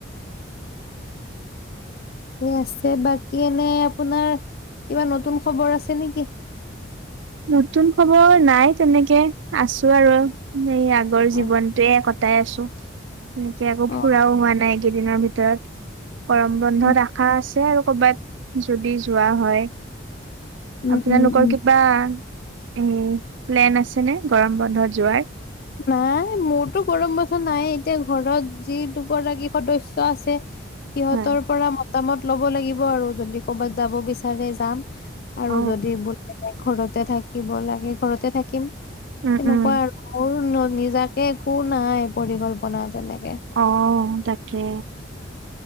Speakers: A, on the left (about 50°); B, on the right (about 75°).
A: ঠিক আছে বাকী এনে আপোনাৰ কিবা নতুন খবৰ আছে নেকি?
B: নতুন খবৰ নাই তেনেকে আছো আৰু এই আগৰ জীৱনটোৱে
A: অ
B: ক গোটাই আছো এনেকে আকৌ
A: অ
B: ফুৰাও হোৱা নাই একেইদিনৰ ভিতৰত। গৰম বন্ধত
A: উম
B: আশা আছে আৰু কৰবাত যদি যোৱা হয়।
A: উম
B: আপোনালোকৰ
A: উম উম
B: কিবা উম, প্লেন আছে নে গৰম বন্ধত যোৱাৰ?
A: নহয় মোৰতো গৰম বন্ধ নাই এতিয়া ঘৰত যি দুগৰাকী সদস্য আছে সিহঁতৰ
B: হয়
A: পৰা মতামত ল'ব লাগিব আৰু যদি ক'বাত যাব বিচাৰে যাম আৰু
B: অ
A: যদি বোলে ঘৰত <unintelligible> থাকিব লাগে ঘৰতে থাকিম।
B: উম
A: তেনেকুৱা
B: উম
A: আৰু মোৰ নিজাকে একো নাই পৰিকল্পনা তেনে।
B: <unintelligible> তাকে।